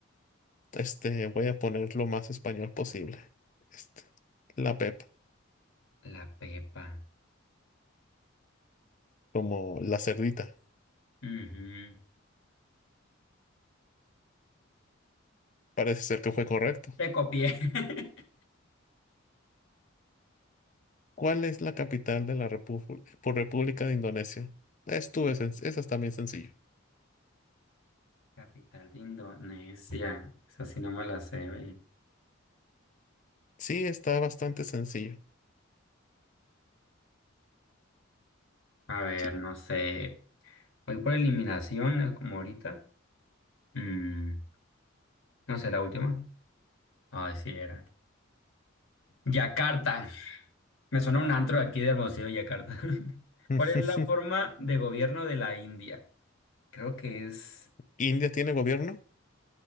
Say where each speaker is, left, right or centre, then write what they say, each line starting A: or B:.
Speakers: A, on the left; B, on the left.
A: este, voy a poner lo más español posible. Este, la Pepa,
B: La Pepa.
A: como la cerdita.
B: Ujú.
A: Parece ser que fue correcto.
B: Te copié. <laughs>
A: ¿Cuál es la capital de la Repu- por República de Indonesia? Estuve, esa es también sencillo.
B: Capital de Indonesia. Esa sí no me la sé, oye.
A: Sí, está bastante sencillo.
B: A ver,
A: I-
B: no sé. Voy por eliminación, eh, como ahorita. Mm, no sé, la última. Ay, sí era. Yakarta. Me suena un antro de aquí de Hermosillo, Yakarta. <laughs>
A: <laughs>
B: ¿Cuál es la forma de gobierno de la India? Creo que es...
A: ¿India tiene gobierno?